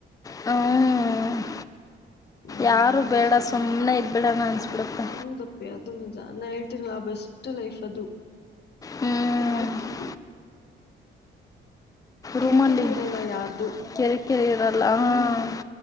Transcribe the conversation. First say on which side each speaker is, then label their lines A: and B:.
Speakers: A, on the left; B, on the left.
A: ಹ್ಮ
B: ನಾವು
A: ಯಾರು ಬೇಡ
B: ಸುಮ್ನೆ
A: ಸುಮ್ಮ್ನೆ ಇದ್ಬೇಡಾನ ಅನ್ಸ್ಬಿಡುತ್ತೆ.
B: ಹೌದಪ್ಪೆ ಅದು ನಿಜಾ ನಾ ಹೇಳ್ತೀಲ್ವಾ ಬೆಸ್ಟ್ ಲೈಫ್ ಅದು
A: ಹ್ಞೂ
B: ಯಾರ್ ಕಿರಿ. ಕಿರಿಕಿರಿ
A: ರೂಮಲ್ಲಿ
B: ಇರಲ್ಲ ಯಾರ್ದು
A: ಕಿರಿಕಿರಿ ಇರಲ್ಲ
B: ಹ್ಮ್ಮ್.
A: ಹಾಂ